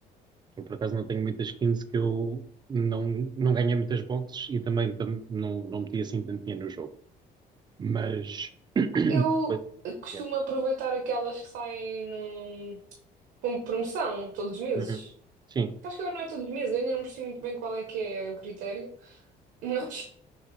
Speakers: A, on the right; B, on the right.
A: Eu, por acaso, não tenho muitas skins que eu não, não ganhei muitas boxes e também tam- não, não meti assim tanto dinheiro no jogo. Mas. <coughs> <clears throat>
B: Eu
A: Mas,
B: costumo
A: yeah.
B: aproveitar aquelas que saem no, como promoção todos os meses.
A: Uhum. Sim,
B: Acho que agora não é todos os meses, eu ainda não percebi muito bem qual é que é o critério. <laughs> Mas